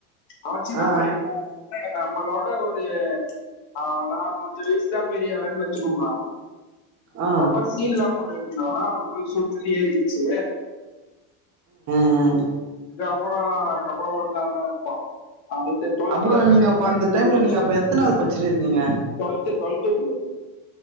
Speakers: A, on the left (about 55°); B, on the right (about 35°).
A: அவ சின்ன
B: ஆ ஆ
A: பையன்டா அவன் நம்மளோட என்ன ஒரு அஹ் நாலு அஞ்சு வயசு தான் பெரியவன்னு வச்சுக்கோங்க
B: ஆ ஆ
A: ரொம்ப சீன்லா போட்டுட்டு இருந்தானா நம்ளுக்கு சுற்றுன்னு ஏறிறுச்சு
B: ம் ம்
A: அப்புறம் அப்புறம் ஒழுங்காதான் இருப்பா அடுத்து டுவல்த்லதா
B: அப்புறோ நீங்க
A: <unintelligible>
B: அப்ப அந்த டைம்ல
A: ஒரு வருஷம்
B: நீங்க அப்ப எத்தனாவது படிச்சிருந்தீங்க
A: டொல்த்து டொல்த்து புரோ